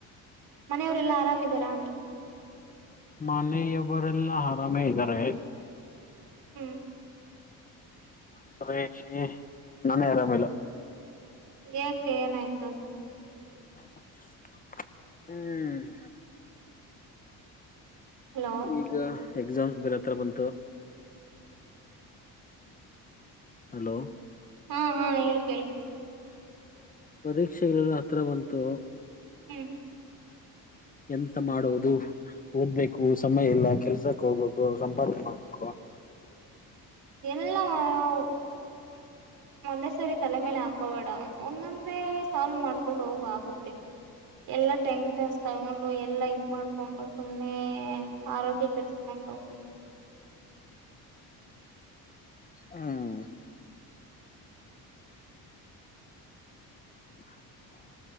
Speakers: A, on the right (about 70°); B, on the left (about 20°).
A: ಮನೆಯವ್ರ ಎಲ್ಲಾ ಆರಾಮಿದಾರಾ ಅಂದೆ.
B: ಮನೆಯವರೆಲ್ಲಾ ಆರಾಮೇ ಇದ್ದಾರೆ.
A: ಹ್ಮ್
B: <unintelligible> ನಾನೇ ಆರಾಮಿಲ್ಲ.
A: ಏಕೆ ಏನಾಯ್ತು.
B: ಹ್ಮ್
A: ಹಲೋ
B: ಈಗ ಎಕ್ಸಾಮ್ಸ್ ಬೇರೆ ಹತ್ರ ಬಂತು.
A: ಹ್ಮ್
B: ಹಲೋ
A: ಹಾ ಹಾ ಹೇಳಿ ಕೇಳ್
B: ಪರೀಕ್ಷೆಗಳೇಲ್ಲ ಹತ್ರ ಬಂತು.
A: ಹ್ಮ್
B: ಎಂತ ಮಾಡೋವದು ಓದ್ಬೇಕು ಸಮಯ ಇಲ್ಲ ಕೆಲ್ಸಕ್ಕೆ ಹೋಗ್ಬೇಕು ಸಂಪಾದನೆ ಮಾಡ್ಬೇಕು.
A: ಎಲ್ಲಾ ಊ ಒಂದೇ ಸರಿ ತಲೆ ಮೇಲೆ ಹಾಕೋಬೇಡ ಒಂದೊಂದೇ ಸಾಲ್ವ್ ಮಾಡ್ಕೊಂಡ್ ಹೋಗು ಆಗುತ್ತೆ. ಎಲ್ಲ ಟೈಮ್ ಜಸ್ <unintelligible> ತಗೊಂಡು ಎಲ್ಲಾ ಇದ ಮಾಡ್ಕೊಂಡು ಸುಮ್ನೆ ಆರೋಗ್ಯ ಕೆಡಿಸಕೊಂಡು.
B: ಹ್ಮ್ ಹಾ ಹಾ